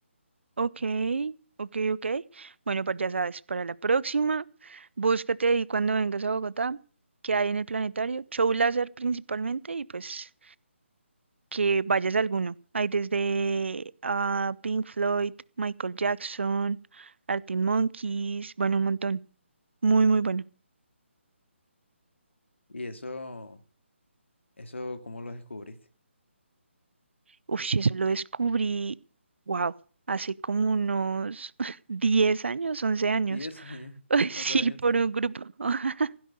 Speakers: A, on the right (about 65°); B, on the left (about 65°).
A: Ok, ok, ok. Bueno, pues ya sabes, para la próxima, búscate ahí cuando vengas a Bogotá, que hay en el planetario, show láser principalmente, y pues que vayas a alguno. Hay desde ah, Pink Floyd, Michael Jackson, Arctic Monkeys, bueno, un montón. Muy, muy bueno.
B: ¿Y eso, eso cómo lo descubriste?
A: Uf, sí, eso lo descubrí, wow, hace como unos <laughs> 10 años, 11 años.
B: Diez años.
A: <laughs>
B: ¿Y tú cuántos
A: Sí,
B: años
A: por
B: tienes?
A: un grupo. <laughs>